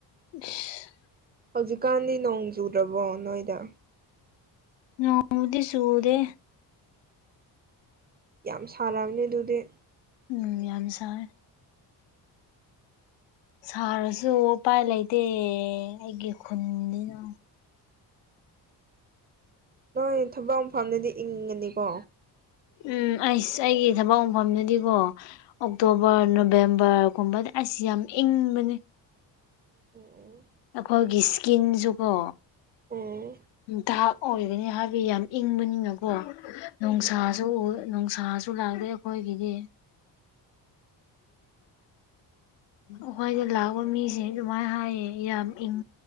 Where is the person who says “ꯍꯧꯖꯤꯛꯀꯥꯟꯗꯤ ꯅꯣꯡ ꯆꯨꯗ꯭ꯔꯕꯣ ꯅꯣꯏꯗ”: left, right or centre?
Right